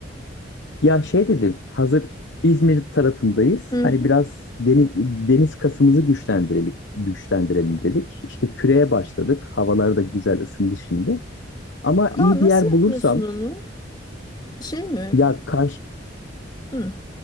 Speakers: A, on the left; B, on the left.
A: ya şey dedim hazır İzmir tarafındayız.
B: Hı
A: Hani
B: hı.
A: biraz deniz, deniz kasımızı güçlendirelim, güçlendirelim dedik. İşte küreye başladık. Havalar da güzel ısındı şimdi. Ama iyi
B: Aa nasıl
A: bir yer
B: yapıyorsun
A: bulursam
B: onu? Şey mi?
A: ya karşı
B: Hı,